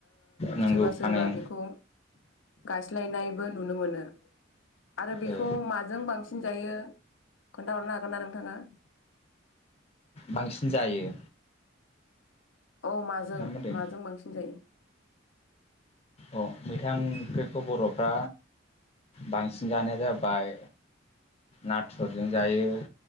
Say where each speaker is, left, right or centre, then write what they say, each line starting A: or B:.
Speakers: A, on the left; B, on the left.
A: नंगौ
B: सोरबा सोरबा
A: बानायो
B: बेखौ गायस्लायनायबो नुनो मोनो आरो बेखौ
A: ओ
B: माजों बांसिन जायो खोन्थाहरनो हागोन ना नोंथाङा
A: बांसिन जायो
B: औ माजों
A: ना मा होनदों
B: माजों बांसिन जायो
A: अ मैथा ओंख्रिखौ बर'फ्रा बांसिन जानाया जाबाय नाथुरजों जायो